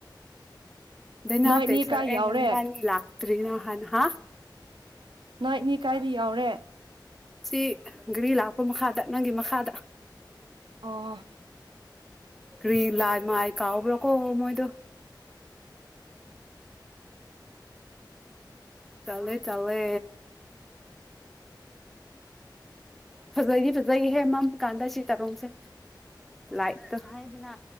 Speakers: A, in the centre; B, on the right.
A: ꯑꯗꯨ ꯅꯅꯥ
B: ꯅꯣꯏꯅꯤ
A: ꯇ ꯁꯔ
B: ꯀꯥꯏ
A: ꯌꯦꯅꯅ
B: ꯌꯥꯎꯔꯦ
A: ꯟꯂ ꯇ꯭ꯔꯤꯅꯣ ꯍꯥꯟ ꯍꯥ
B: ꯅꯣꯏ ꯏꯅꯦ ꯀꯥꯏꯗ ꯌꯥꯎꯔꯦ
A: ꯁꯤ ꯒꯥꯔꯤ ꯂꯥꯛꯄ ꯃꯈꯥꯗ ꯅꯪꯒꯤ ꯃꯈꯥꯗ
B: ꯑꯣ
A: ꯀ꯭ꯔꯤ ꯂꯥꯏ ꯃꯥꯏ ꯀꯥꯎꯕ꯭ꯔꯣ ꯀꯣ ꯃꯣꯏꯗꯣ ꯇꯂꯦ ꯇꯂꯦ ꯐꯖꯩꯗꯤ ꯐꯖꯩꯍꯦ ꯃꯝꯝꯕ ꯀꯥꯟꯗ ꯁꯤ ꯇꯥꯔꯣꯡꯁꯦ ꯂꯥꯏꯛꯇ ꯍꯥꯏꯗꯅ